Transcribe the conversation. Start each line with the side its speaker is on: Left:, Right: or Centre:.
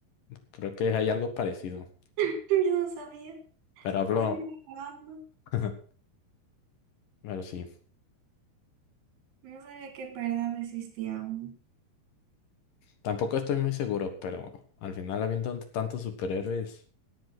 Left: creo que hay algo parecido.
Right: <laughs> Yo no sabía.
Left: Pero hablo,
Right: Estaba aquí grabando.
Left: <laughs> pero sí,
Right: No sabía que en verdad existía uno.
Left: tampoco estoy muy seguro, pero al final habiendo tantos superhéroes.